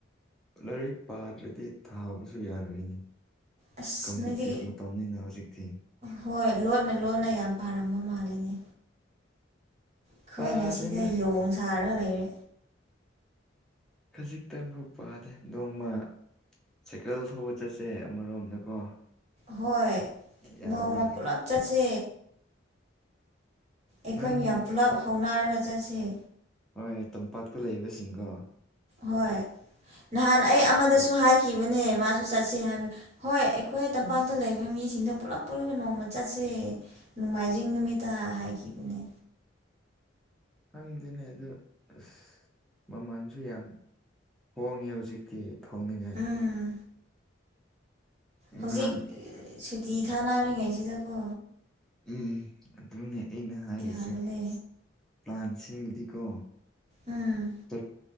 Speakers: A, in the centre; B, on the right (about 35°).
A: ꯂꯥꯏꯔꯤꯛ ꯄꯥꯗ꯭ꯔꯗꯤ ꯊꯥꯕꯁꯨ ꯌꯥꯔꯣꯏꯅꯦ
B: ꯑꯁ
A: ꯀꯝꯄꯤꯇꯤꯐ
B: ꯅꯣꯏꯗꯤ
A: ꯃꯇꯝꯅꯤꯅ ꯍꯨꯖꯤꯛꯇꯤ
B: ꯍꯣꯏ ꯂꯣꯟꯅ ꯂꯣꯟꯅ ꯌꯥꯝ ꯄꯥꯔꯝꯕ ꯃꯥꯜꯂꯤꯅꯦ ꯑꯈꯣꯏꯅ
A: ꯄꯥꯗꯦꯗ
B: ꯁꯤꯗ ꯌꯣꯡ ꯁꯥꯔꯒ ꯂꯩꯔꯦ
A: ꯈꯖꯤꯛꯇꯪꯕꯨ ꯄꯥꯗ ꯅꯣꯡꯃ ꯁꯥꯏꯀꯜ ꯊꯧꯕ ꯆꯠꯁꯦ ꯑꯃꯔꯣꯝꯗꯀꯣ
B: ꯍꯣꯏ
A: ꯌꯥꯕ꯭ꯔꯥ
B: ꯅꯣꯡꯃ ꯄꯨꯂꯞ ꯆꯠꯁꯦ ꯑꯩꯈꯣꯏ
A: ꯅꯪ
B: ꯃꯤꯌꯥꯝ ꯄꯨꯂꯞ ꯍꯧꯅꯥꯔꯒ ꯆꯠꯁꯦ
A: ꯍꯣꯏ ꯇꯝꯄꯥꯛꯇ ꯂꯩꯕꯁꯤꯡꯒꯣ
B: ꯍꯣꯏ ꯅꯍꯥꯟ ꯑꯩ ꯑꯃꯗꯁꯨ
A: ꯆꯠ-
B: ꯍꯥꯏꯈꯤꯕꯅꯦ ꯃꯥꯁꯨ ꯆꯠꯁꯦ ꯍꯥꯏꯕ ꯍꯣꯏ ꯑ ꯑꯩꯈꯣꯏ ꯇꯝꯄꯥꯛꯇ
A: ꯑꯁ
B: ꯂꯩꯕ ꯃꯤꯁꯤꯡꯗ ꯄꯨꯜꯂꯞ ꯄꯨꯜꯂ ꯅꯣꯡꯃ ꯆꯠꯁꯦ ꯅꯣꯡꯃꯥꯏꯖꯤꯡ ꯅꯨꯃꯤꯠꯇꯥ ꯍꯥꯏꯈꯤꯕꯅꯦ
A: ꯈꯪꯗꯦꯅꯦ ꯑꯗꯨ ꯑꯁ ꯃꯃꯥꯟꯁꯨ ꯌꯥꯝ ꯍꯣꯡꯉꯦ ꯍꯨꯖꯤꯛꯇꯤ ꯊꯧꯅꯤꯡꯉꯥꯏ
B: ꯎꯝ
A: ꯏꯉꯥꯡ
B: ꯍꯧꯖꯤꯛ ꯁꯨꯇꯤ ꯊꯥꯅꯥꯔꯤꯉꯩꯁꯤꯗꯀꯣ
A: ꯎꯝ ꯑꯗꯨꯅꯦ ꯑꯩꯅ ꯍꯥꯏꯔꯤꯁꯦ
B: ꯌꯥꯕꯅꯦ
A: ꯄ꯭ꯂꯥꯟ ꯁꯤꯃꯗꯤꯀꯣ
B: ꯎꯝ
A: ꯆꯞ